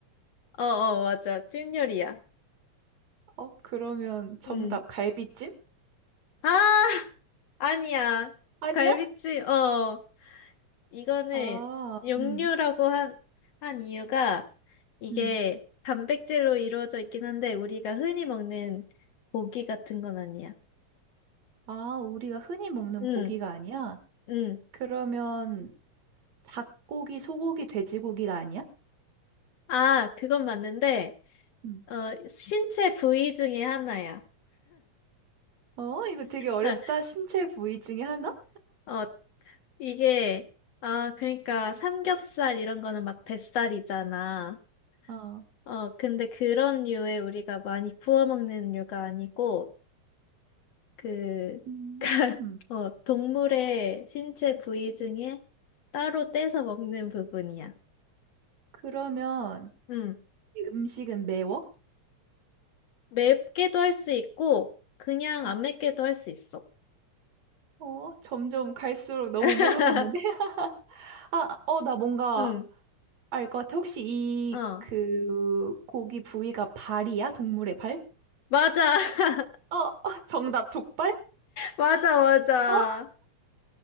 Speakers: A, on the left; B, on the right.
A: 어, 어, 맞아. 찜 요리야.
B: 어, 그러면 정답
A: 응.
B: 갈비찜?
A: 아, <laughs> 아니야.
B: 아니야?
A: 갈비찜, 어. 이거는
B: 아,
A: 육류라고
B: 음,
A: 한, 한 이유가 이게
B: 음.
A: 단백질로 이루어져 있긴 한데 우리가 흔히 먹는 고기 같은 건 아니야.
B: 아, 우리가 흔히 먹는
A: 응,
B: 고기가 아니야?
A: 응.
B: 그러면 닭고기, 소고기, 돼지고기가 아니야?
A: 아, 그건 맞는데
B: 음.
A: 어, 신체 부위 중에 하나야.
B: 어, 이거 되게 어렵다.
A: 어,
B: 신체 부위 중에 하나?
A: 어, 이게, 아, 그러니까 삼겹살 이런 거는 막 뱃살이잖아.
B: 어.
A: 어, 근데 그런 류에 우리가 많이 구워 먹는 류가 아니고, 그,
B: 음,
A: <laughs> 어, 동물의 신체 부위 중에 따로 떼서 먹는 부분이야.
B: 그러면
A: 음,
B: 이 음식은 매워?
A: 맵게도 할 수 있고, 그냥
B: 음.
A: 안 맵게도 할 수 있어.
B: 어, 점점 갈수록 너무
A: <laughs>
B: 모르겠는데? <laughs> 아, 어, 나 뭔가
A: 음,
B: 알 것 같아. 혹시 이
A: 어,
B: 그 고기 부위가 발이야? 동물의 발?
A: 맞아. <laughs>
B: 어, 어, 정답 족발?
A: 맞아, 맞아.
B: 어,